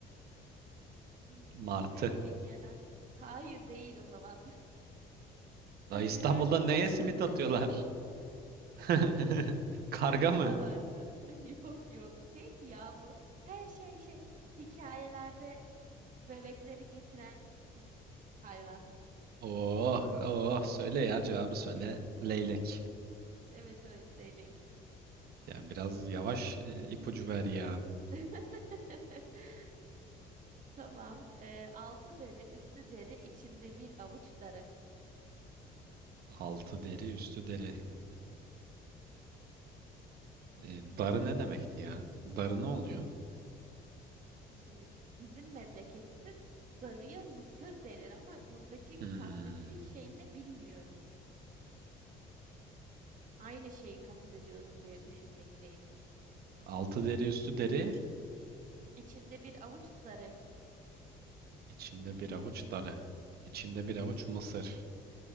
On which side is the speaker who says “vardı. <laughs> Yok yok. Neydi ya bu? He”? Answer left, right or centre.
Right